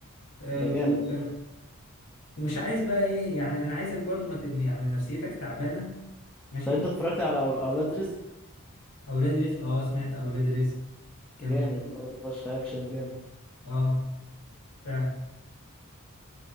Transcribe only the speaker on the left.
أه،
و-
ومش عايز بقى ايه يعني انا عايزك برضو ما ت- يعني نفسيتك تعبانة ماشي
اولاد رزق اه سمعت اولاد رزق كان
لذيذ
اه فعلا